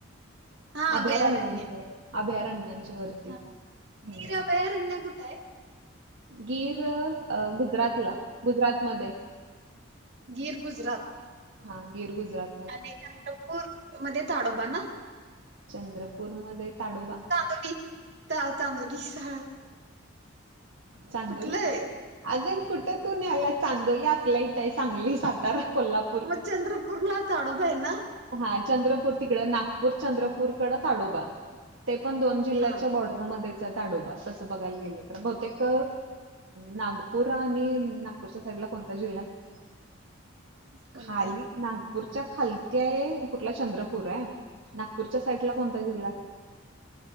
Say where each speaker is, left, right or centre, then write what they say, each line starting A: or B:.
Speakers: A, on the right; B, on the right.
A: हा अभयारण्य
B: अभ्यारण्याच्या अभ्यारण्यांच्या वरती.
A: हा
B: हम्म
A: गिरं अभयारण्य कुठ हाय.
B: गीर गुजरातला गुजरात मध्ये आहे.
A: गीर गुजरात
B: हा गिर गुजरात.
A: आणि चंद्रपूर. मध्ये ताडोबा ना
B: चंद्रपूरमध्ये ताडोबा.
A: चांदोली चा चांदोलीचा
B: चांदोली.
A: कुठलंय
B: अगं कुठं तू न्याल्यास, चांदोली आपल्या इथय सांगलीला. तर कोल्हापूर
A: मग चंद्रपूरला ताडोबा आहे ना
B: हा चंद्रपूर तिकड नागपूर चंद्रपूरकड ताडोबा ते पण दोन जिल्ह्याच्या
A: हा
B: बॉर्ड र मध्येच आहे ताडो तंस बघायला गेल तर बहुतेक नागपूर आणि नागपूरच्या साईडला कोणता जिल्हा आहे?
A: कोणताय
B: खाली नागपूरच्या खालती आहे कुठला चंद्रपूर आहे नागपूरच्या साईड ला
A: हम्म
B: कोणता जिल्हा हाय?